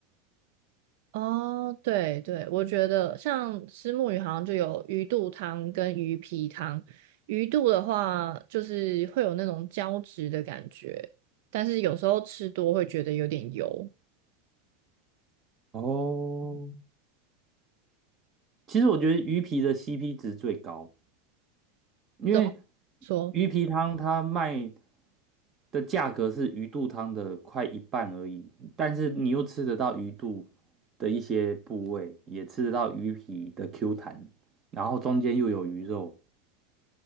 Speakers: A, on the right; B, on the right.
A: 哦，对对，我觉得像虱目鱼好像就有鱼肚汤跟鱼皮汤。鱼肚的话，就是会有那种胶质的感觉，但是有时候吃多会觉得有点油。
B: 哦，其实我觉得鱼皮的 CP 值最高，因为
A: 怎么说？
B: 鱼皮汤它卖的价格是鱼肚汤的快一半而已，但是你又吃得到鱼肚的一些部位，也吃得到鱼皮的 Q 弹，然后中间又有鱼肉，